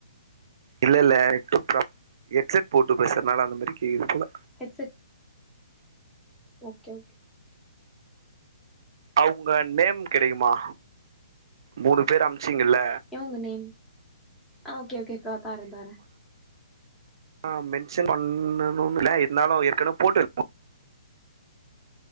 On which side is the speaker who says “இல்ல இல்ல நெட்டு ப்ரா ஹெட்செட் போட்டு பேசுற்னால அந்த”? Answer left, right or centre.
Right